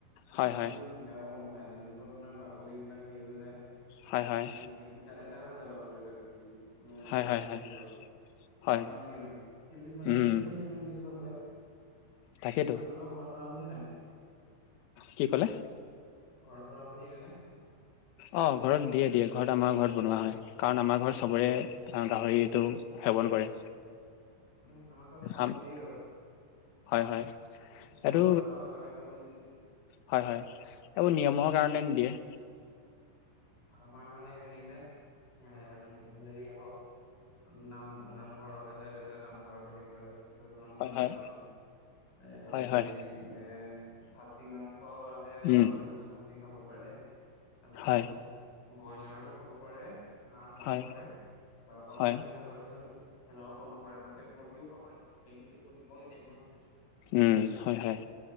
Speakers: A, on the left; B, on the left.
A: হয়,
B: নেমটো
A: হয়।
B: বেয়া পাওঁ মই। নেমুতো আপোনাৰ বাকলি এইবিলাক হেৰি হৈ যায়।
A: হয় হয়
B: গতিকে নেমু দিলে তিতা তিতা লাগে। ু ন নি <inaudible> <unintelligible> নেমু বাকলি
A: হয় হয়
B: বোৰ দি
A: হয়
B: দিয়ে লগ
A: হয়
B: ভাল নালাগে ইমান। ান
A: উম
B: কি <unintelligible> বেছি ভাল পায়।
A: তাকেইতো
B: আপোনালোকৰ ভাল। ব নাই <inaudible>
A: কি ক'লে।
B: ঘৰত বনাব দিয়ে ন নে।
A: অ ঘৰত দিয়ে দিয়ে ঘৰত আমাৰ ঘৰত বনোৱা হয়। কাৰণ আমাৰ ঘৰত চবৰে গাহৰিতটো সেৱন কৰে।
B: উম আমাৰ ঘৰত খাব
A: আম-
B: নিদিয়ে গাহৰি
A: হয় হয় এইটো
B: আমাৰ ঘৰত গাহ গাহৰি খাব নিদিয়ে।
A: হয় হয় এইবোৰ নিয়মৰ
B: আমাৰ
A: কাৰণে
B: ঘৰত
A: নিদিয়ে।
B: কি আমাৰ মানে হেৰি যে এ হেৰি হ'ব। নাম নামঘৰলৈ ডাইৰেক্ট। এটা নামঘৰত হেৰি কৰে। নামঘৰতে
A: হয় হয়
B: লাওঁ এ
A: হয় হয়
B: হেৰি এ খাচী মাংস হে লগত
A: উম
B: যাব। দে খাব পাৰে দে। আৰু
A: হয়
B: ব্ৰইলাৰো খাব পাৰে। হাহঁ খাব
A: হয়
B: পাৰে পাৰ খাব
A: হয়
B: পাৰে এনে গাহৰি চাহৰি। হেল্ল নকৰাকে লোকেল মুৰ্গীৰ খাল নিদিয়ে লোকেল মুৰ্গীৰ কণী খাৱ।
A: উম হয় হয়